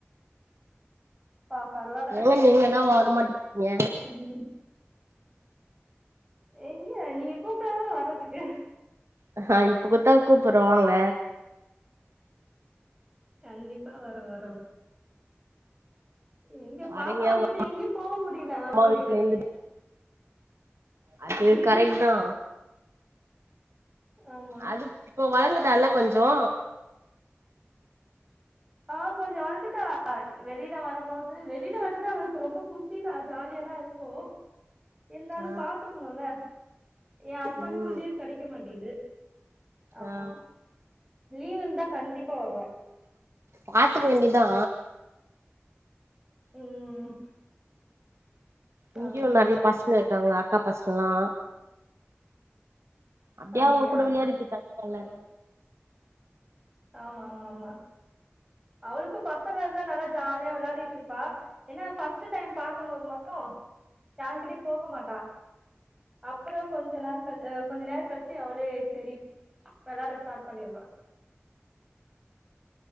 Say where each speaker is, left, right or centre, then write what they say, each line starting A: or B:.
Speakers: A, on the right; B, on the right.
A: பா பரவா
B: ஏங்க நீங்க தா வர மாட்டிக்கீங்க
A: ம் எங்க நீங்க கூப்டாதான வர்றதுக்கு
B: ஆஹ இப்பகூட்த்தா கூப்புடுறே வாங்க
A: கண்டிப்பா வரோ வரோ எங்க பாப்பா
B: வரீங்க
A: வச்சுட்டு
B: உங்க
A: எங்கயு போக முடில வர
B: அம்மா
A: முடில
B: வீட்ல இருந்து அது
A: ம்
B: கரெக்ட் தா
A: ஆமா
B: அது இப்போ வளந்துட்டால்ல கொஞ்சோ
A: ஆ கொஞ்சோ வளந்துட்டா வெளில வரம்போது வெளில வரது அவளுக்கு ரொம்ப பு குஷிதா ஜாலியாதா இருக்கோ இருந்தாலு
B: ஆ
A: பாத்துக்கணும்ல ஏ ஹஸ்பண்ட்க்கும்
B: ம்
A: லீவ் கெடைக்க மாட்டிது ஆமா
B: ஆ
A: லீவ் இருந்தா கண்டிப்பா வருவ
B: பாத்துக்க வேண்டிதா
A: ம்
B: இங்கயு
A: ஆமா
B: நறையா பசங்க இருக்காங்க அக்கா பசங்கல்லா அப்டே
A: அப்டியா
B: அவுங்க கூட விளையாடிட்டு கெடப்பால்ல
A: ஓ ஆமா ஆம்மாம்மா அவளுக்கும் பசங்க இருந்தா நல்லா ஜாலியா விளையாடிட்டு இருப்பா என்ன ஃபஸ்ட்டு டைம் பாக்கும்போது மட்டு யார்க்கிட்யு போக மாட்டா அப்புறோ கொஞ்ச நாள் கழ் அ கொஞ்ச நேர கழ்ச்சு அவளே செரி வெளாட ஸ்டாட் பண்ணிர்வா